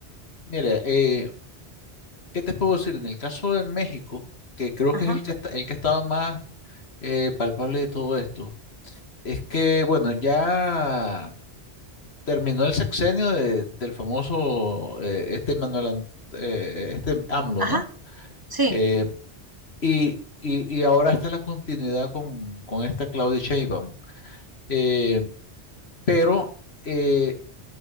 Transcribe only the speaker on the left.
Mira, eh, ¿qué te puedo decir? En el caso de México, que creo
que es el que está, el que ha estado más eh, palpable de todo esto, es que, bueno, ya terminó el sexenio de- del famoso eh, este Manuel, Ant- eh, este AMLO,
¿no?
Eh, y, y- y ahora está la continuidad con, con esta Claudia Sheinbaum. Eh, pero eh,